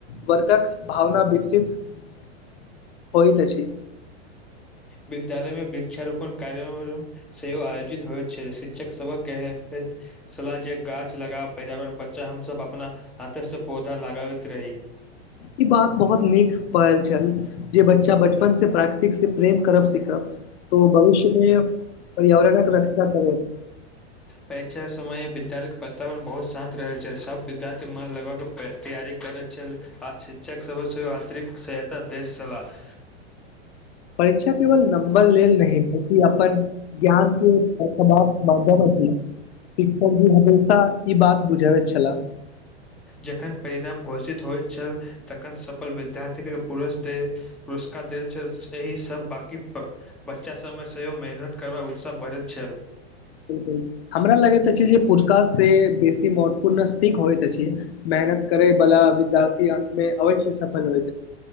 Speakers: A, on the left; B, in the centre.
A: वर्कक भावना विकसित <unintelligible> होइ अहि
B: विद्यालय मे वृक्षारोपण से आयोजित होइ छै शिक्षक सभक क सलाह जे गाछ लगा पर्यावरण बचा हमसभ अपना हाथसँ पौधा लगाबैत रही
A: ई बात बहुत नीक पायल छल जे बच्चा बचपन से प्राकृतिक से प्रेम करब सिखब तो भविष्यमे पर्यावरणक रक्षा करैत
B: परीक्षा के समय य विद्यालय के वातावरण बहुत शांत रहे छै सब विद्यार्थी मन लगबा के तैयारी करैत आ शिक्षक सब सेहो अतिरिक्त सहायता दै छलाह
A: परीक्षा केवल नंबर लेल नाहि अपन ज्ञान की प्रतिभा के माध्यम अछि शिक्षक जी हमेशा ई बात बुझबैत छलाह
B: जखन परिणाम घोषित होइत छल तखन सफल विद्यार्थीके पुरष दै त पुरस्कार देल छल एहि सब बाकीफ बच्चा समय सेहोय मेहनत कर उत्साह बढ़ छल
A: बिलकुल हमरा लगैत अछि जे पुुरक से बेसी महत्वपूर्ण सीख होइत अछि मेहनत करे भला विद्यार्थी अन्त में अवश्य सफल होइ